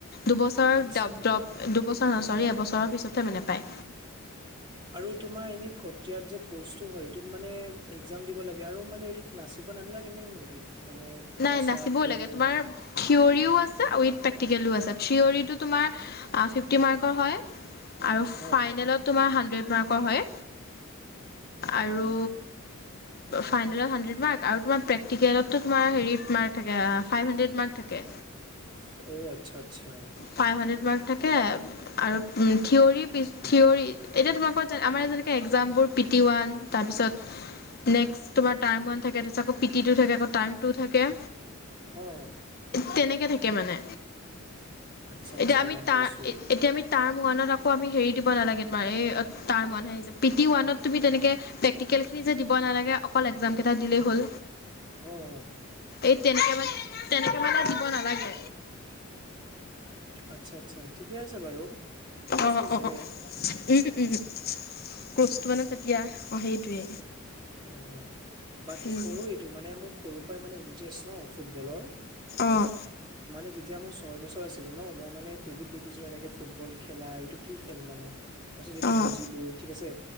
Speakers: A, on the left; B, on the right.
A: দুবছৰ
B: আচ্ছা
A: ড্ৰপ ডপ দুবছৰ চৰি এবছৰৰ পিছতহে মানে পায়।
B: আৰু তোমাৰ এনে খত্ৰিয়াত যে কৰ্চটো হয় এইটোত মানে এক্জাম দিব লাগে আৰু মানে এইটোত নাচিব নালাগে নে নেকি? মানে
A: নাই
B: নচা
A: নাচিবও
B: থিয়ৰী
A: লাগে
B: বিলাক
A: তোমাৰ থিয়ৰও আছে উইথ প্ৰেক্টিকেলও আছে থিয়ৰটো তোমাৰ পিফ টি মাৰ্কৰ হয় আৰু
B: অ',
A: ফাইনেলত তোমাৰ সা <unintelligible> হয় আৰু ফাইনেলত হানড্ৰেড মাৰ্ক আৰু তোমাৰ প্ৰেক্টিকেলতো তোমাৰ হেৰি মাৰ্ক থাকে ফাইভ হানড্ৰেড মাৰ্ক থাকে।
B: <unintelligible> অঁ আচ্ছা আচ্ছা।
A: ফাইভ হাণ্ড্ৰেড মাৰ্ক থাকে আৰু থিয়ৰি থিয়ৰ এতিয়া তোমালোকৰ যে আমাৰ যেনেকে এক্জামবোৰ পি টি ওৱান তাৰপিছত নেক্সট তোমাৰ টাৰ্ম ওৱান থাকে তাৰপিছত আকৌ পি টি টু থাকে আকৌ টাৰ্ম টু থাকে
B: উম
A: তেনেকে থাকে মানে।
B: আচ্ছা আচ্ছা
A: এতিয়া আমি
B: গম
A: তাৰ
B: পাইছো
A: এতিয়া আমি তাৰ্ম ওৱানত আকৌ আমি হেৰি দিব নালাগে তোমাৰ তাৰ মনহে আহিছে পি টি ওৱানত তুমি তেনেকে প্ৰেক্টিকেলখিনি যে দিব নালাগে অকল এক্জামকেইটা দিলেই হ'ল।
B: অ',
A: এই তেনেকে মান তেনেকে মানে দিব নালাগে।
B: <inaudible> আচ্ছা আচ্ছা ঠিকে আছে বাৰু, কৰ্চটো
A: অঁ
B: ভালেই।
A: অঁ উম উম কৰ্চটো মানে তেতিয়া, অঁ সেইটোৱে
B: অ বাকী
A: উম
B: মোৰো এইটো মানে মোক সৰুৰ পৰাই মানে ইন্টাৰেষ্ট ন ফুটবলৰ
A: অঁ
B: মানে যেতিয়া মই স্কুলৰ ছয় বছৰ আছিলো ন মই মানে টিভিত দেখিছো এনেকে ফুটবল খেলা এইটো কি খেল মানে তাৰ পিছত এইটো
A: অঁ
B: বুজিলো, ঠিক আছে,